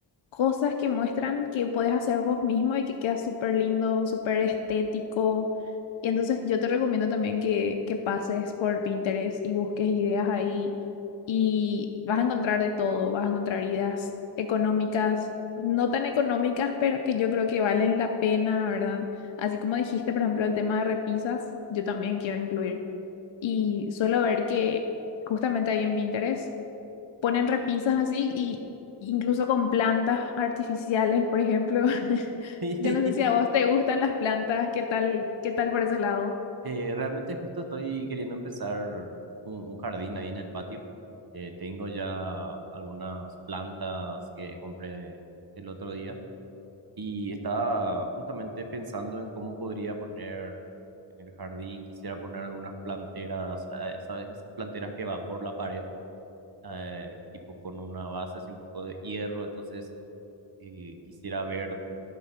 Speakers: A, on the left; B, on the right.
A: cosas que muestran que puedes hacer vos mismo y que queda súper lindo, súper estético. Y entonces yo te recomiendo también que, que pases por Pinterest y busques ideas ahí y vas a encontrar de todo, vas a encontrar ideas económicas, no tan económicas, pero que yo creo que valen la pena, ¿verdad? Así como dijiste, por ejemplo, el tema de repisas, yo también quiero incluir. Y suelo ver que justamente ahí en Pinterest ponen repisas así y incluso con plantas artificiales, por ejemplo. <laughs>
B: <laughs>
A: Yo no sé si a vos te gustan las plantas, ¿qué tal, qué tal por ese lado?
B: Eh, realmente justo estoy queriendo empezar un, un jardín ahí en el patio. Eh, tengo ya algunas plantas que compré el otro día y estaba justamente pensando en cómo podría poner en el jardín. Quisiera poner algunas planteras, eh, ¿sabes? Esas planteras que van por la pared, eh, tipo con una base así un poco de hierro. Entonces eh, quisiera ver